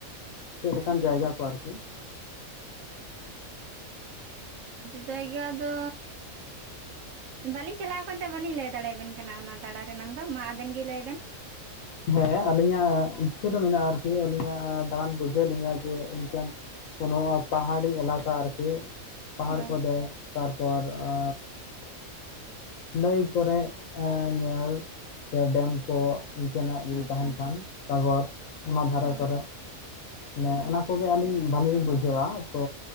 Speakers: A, on the left (about 70°); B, on the right (about 70°).
A: ᱪᱮᱫ ᱞᱮᱠᱟᱱ ᱡᱟᱭᱜᱟ ᱠᱚ ᱟᱨᱠᱤ?
B: ᱡᱟᱭᱜᱟ ᱫᱚᱼᱼ ᱵᱟᱞᱤᱧ ᱪᱟᱞᱟᱣ ᱠᱟᱱᱛᱮ ᱵᱟᱞᱤᱧ ᱞᱟᱹᱭ ᱫᱟᱲᱮᱭᱟᱵᱮᱱ ᱠᱟᱱᱟ ᱚᱱᱟ ᱫᱟᱲᱟ ᱨᱮᱱᱟᱝ ᱫᱚ, ᱢᱟ ᱟᱵᱮᱱ ᱜᱮ ᱞᱟᱹᱭᱵᱮᱱ᱾
A: ᱦᱮᱸ ᱟᱹᱞᱤᱧᱟᱜ ᱤᱪᱪᱷᱟᱹ ᱫᱚ ᱢᱮᱱᱟᱜᱼᱟ ᱟᱨᱠᱤ ᱟᱹᱞᱤᱧᱟᱜ ᱫᱟᱬᱟᱱ ᱵᱩᱡᱷᱟᱹᱣ ᱞᱤᱧᱟ ᱡᱮ ᱤᱱᱠᱟᱱᱼᱼ ᱠᱳᱱᱳ ᱯᱟᱦᱟᱲᱤ ᱮᱞᱟᱠᱟ ᱟᱨᱠᱤ ᱯᱟᱦᱟᱲ
B: ᱦᱳᱭ
A: ᱠᱚ ᱫᱮᱡ ᱛᱟᱨᱯᱚᱨ ᱟ ᱱᱟᱹᱭ ᱠᱚᱨᱮ ᱧᱮᱞ ᱥᱮ ᱰᱮᱢ ᱠᱚ ᱤᱱᱠᱟᱹᱱᱟᱜ ᱡᱩᱫᱤ
B: ᱟᱪᱪᱷᱟ
A: ᱛᱟᱦᱮᱱ ᱠᱷᱟᱱ᱾ ᱥᱟᱜᱚᱨ ᱚᱱᱟ ᱫᱷᱟᱨᱮ
B: ᱦᱳᱭ
A: ᱠᱚᱨᱮᱜ ᱢᱟᱱᱮ
B: ᱟᱪᱪᱷᱟ
A: ᱚᱱᱟ ᱠᱚᱜᱮ ᱟᱹᱞᱤᱧ ᱵᱟᱞᱤᱧ ᱵᱩᱡᱷᱟᱹᱣᱟ᱾ ᱛᱚ